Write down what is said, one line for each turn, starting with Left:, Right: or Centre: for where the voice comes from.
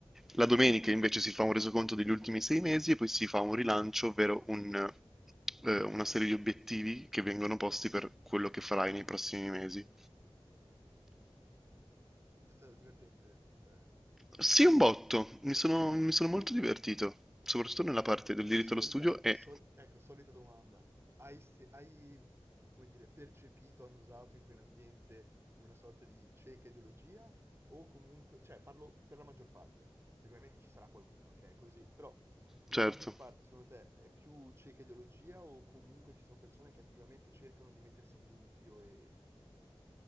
Centre: la domenica invece si fa un resoconto degli ultimi sei mesi e poi si fa un rilancio, ovvero un, eh, una serie di obiettivi che vengono posti per quello che farai nei prossimi mesi.
Right: è stato divertente, eh, cioè...
Centre: Sì, un botto, mi sono, mi sono molto divertito, soprattutto nella parte del diritto
Right: Solita,
Centre: allo studio e
Right: sol- ecco, solita domanda. Hai, se- hai, come dire, percepito, annusato in quell'ambiente una sorta di cieca ideologia? O comunque, cioè, parlo per la maggior parte, perché ovviamente ci sarà qualcuno che è così, però la
Centre: certo.
Right: maggior parte, secondo te, è più cieca ideologia o comunque ci sono persone che attivamente cercano di mettersi in dubbio e...